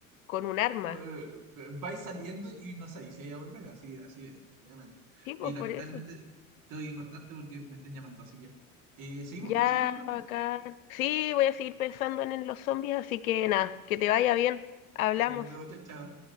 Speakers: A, on the left; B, on the right.
A: con un arma.
B: Sí, pues, eh, eh, Vais saliendo y no sabéis si vais a volver, así, así definitivamente.
A: Sí, pues
B: Oye, lamentablemente
A: por eso.
B: tengo que cortarte porque me están llamando, así que eh, seguimos
A: Ya,
B: conversando más rato.
A: acá. Sí, voy a seguir pensando en en los zombies, así que nada, que te vaya bien. Hablamos.
B: Dale, nos vemos, chao, chao.